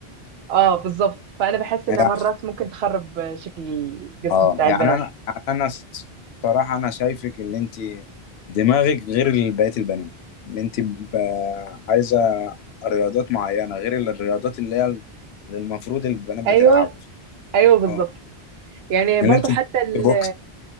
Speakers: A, on the right; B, on the left.
A: اه بالظبط فانا بحس انها
B: يعني-
A: مرات ممكن تخرب شكل الجسم
B: اه
A: بتاع
B: يعني
A: البنات
B: انا يعني انا الصراحه انا شايفك اللي انت دماغك غير بقية البنات اللي انت ب- عايزة رياضات معينة غير الرياضات اللي هي اللي المفروض البنات بتلعبها
A: ايوه ايوه بالظبط
B: اه
A: يعني
B: اللي
A: برضو
B: انت
A: حتى ال...
B: بوكس